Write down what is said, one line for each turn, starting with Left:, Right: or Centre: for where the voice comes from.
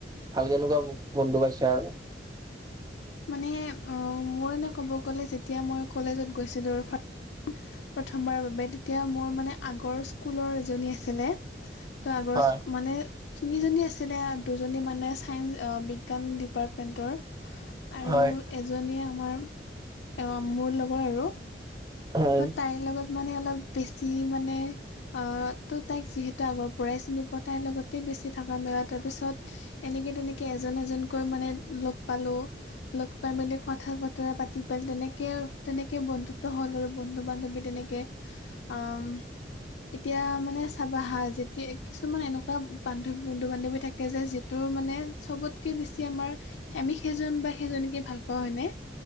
Right: ভাল কেনেকুৱা-বন্ধু পাইছা আৰু?
Left: মানে, অ-মোৰ এনে ক'ব গ'লে যেতিয়া মই কলেজত গৈছিলোঁ ফা প্ৰথম বাৰৰ বাবে, তেতিয়া মোৰ মানে আগৰ স্কুলৰ এজনী আছিলে। তো আগৰ
Right: হয়,
Left: স্ক-মানে তিনিজনী আছিলে আ, দুজনী মানে ছায়ন্স অ' বিজ্ঞান ডিপাৰ্টমেণ্টৰ। আৰু
Right: হয়,
Left: এজনীয়ে আমাৰ, অ', মোৰ লগৰ আৰু।
Right: হয়,
Left: তাই লগত মানে অলপ বেছি মানে আ, ত' তাইক যিহেতু আগৰ পৰাই চিনি পোৱা তাইৰ লগতে বেছি থাকা মেলা, তাৰপিছত এনেকে তেনেকে এজন এজনকৈ মানে লগ পালো। লগ পাই মেলি কথা বতৰা পাতি পেল, তেনেকে তেনেকে বন্ধুত্ব হ'ল আৰু বন্ধু বান্ধৱী তেনেকে আম এতিয়া মানে চাবা হা, যেতিয়া কিছুমান এনেকুৱা বান্ধৱ-বন্ধু বান্ধৱী থাকে যেত ত' মানে চবতকে বেছি আমাৰ, আমি সেইজন বা সেইজনীকে ভাল পাওঁ হয়নে?